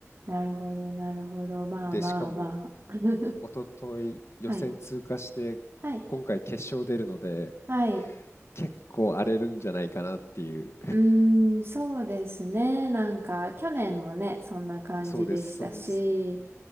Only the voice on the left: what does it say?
で、しかも
一昨日予選通過して今回決勝出るので
結構荒れるんじゃないかなっていう。
<laughs> そうです、そうです。